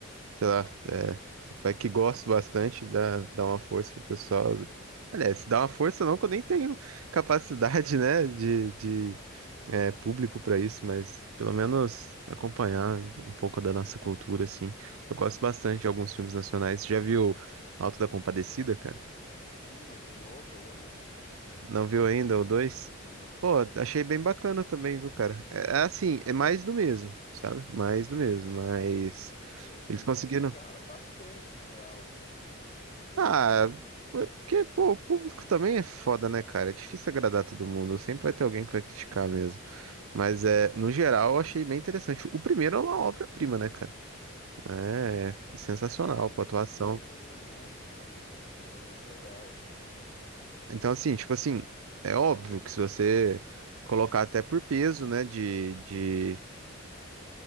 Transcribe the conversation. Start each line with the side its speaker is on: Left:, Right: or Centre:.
Right: Sei lá, é, vai que gosto bastante, dá, dá uma força pro pessoal. Aliás, dá uma força não, que eu nem tenho capacidade, né, de, de é, público pra isso, mas pelo menos acompanhar um pouco da nossa cultura, assim. Eu gosto
Left: Sim.
Right: bastante de alguns filmes nacionais. Já viu Alto da Compadecida, cara?
Left: Sim, mas o novo aí eu não vi ainda.
Right: Não viu ainda o dois
Left: Não.
Right: Pô, achei bem bacana também, viu, cara? É, é assim, é mais do mesmo, sabe? Mais do mesmo, mas
Left: Ah, eu vi
Right: eles
Left: que
Right: conseguiram.
Left: criticaram bastante, na real, assim, mas eu
Right: Ah,
Left: não
Right: é
Left: vi, entendeu?
Right: porque, pô, o público também é foda, né, cara? É difícil agradar todo mundo, sempre vai ter alguém que vai criticar mesmo. Mas é, no geral, eu achei bem interessante. O primeiro é uma obra-prima, né, cara? É, sensacional,
Left: É, o
Right: pô, a
Left: primeiro,
Right: atuação.
Left: não, o primeiro é, mu- o primeiro é muito legal, assim. eu-
Right: Então, assim, tipo assim, é óbvio que se você colocar até por peso, né, de, de